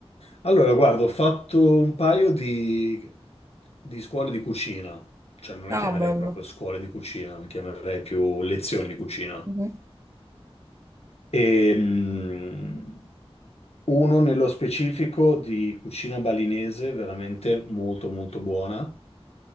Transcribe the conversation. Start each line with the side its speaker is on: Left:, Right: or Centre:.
Left: Allora, guarda, ho fatto un paio di, di scuole di cucina, cioè non
Right: Ah,
Left: le chiamerei
Right: bello.
Left: proprio scuole di cucina, le chiamerei più lezioni di cucina.
Right: Mhm,
Left: E, mm, uno nello specifico di cucina balinese, veramente molto molto buona,